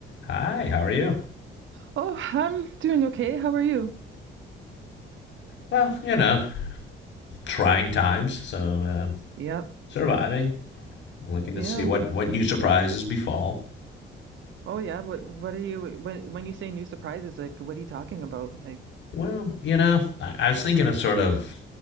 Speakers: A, on the left; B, on the right.
A: Hi, how are you?
B: Oh, I'm doing okay. How are you?
A: Well, you know, trying times, so um,
B: Yep.
A: surviving, looking
B: Yeah.
A: to see what, what new surprises befall.
B: Oh, yeah. What what are you when when you say new surprises, like what are you talking about? Like,
A: Well, you know, I, I was thinking of sort of